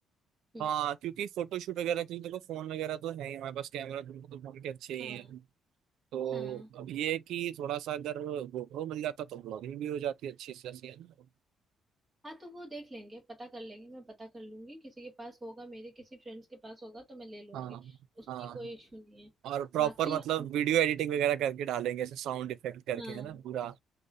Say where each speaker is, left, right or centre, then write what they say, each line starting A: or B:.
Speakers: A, on the right; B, on the right.
A: हम्म,
B: हाँ क्योंकि फोटोशूट वगैरह के लिए देखो फोन वगैरह तो है ही हमारे पास कैमरा तो फोन के अच्छे ही
A: हाँ
B: हैं तो
A: हाँ
B: अब ये है कि थोड़ा सा अगर गोप्रो मिल जाता तो ब्लॉगिंग भी हो जाती अच्छी से अच्छी है ना
A: हाँ तो वो देख लेंगे पता कर लेंगे मैं पता कर लूंगी किसी के पास होगा मेरे किसी फ्रेंड्स के पास होगा तो मैं ले लूंगी
B: हाँ
A: उसकी
B: हाँ
A: कोई इशू नहीं है
B: और प्रॉपर
A: बाकी
B: मतलब
A: हम
B: वीडियो
A: लोग
B: एडिटिंग वगैरह करके डालेंगे ऐसे साउंड इफेक्ट करके
A: हाँ
B: है ना पूरा